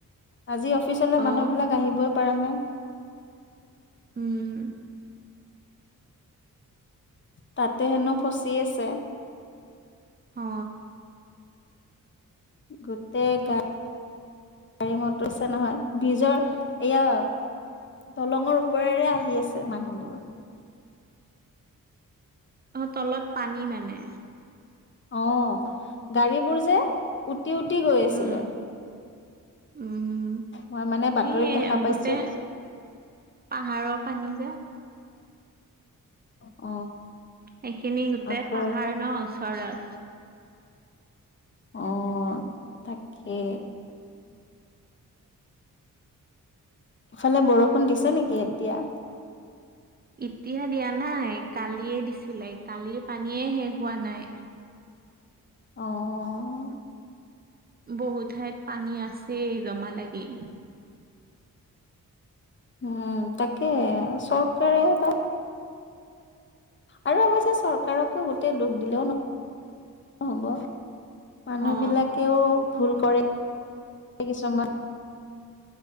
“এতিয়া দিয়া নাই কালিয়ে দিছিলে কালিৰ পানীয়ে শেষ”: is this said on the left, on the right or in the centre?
Right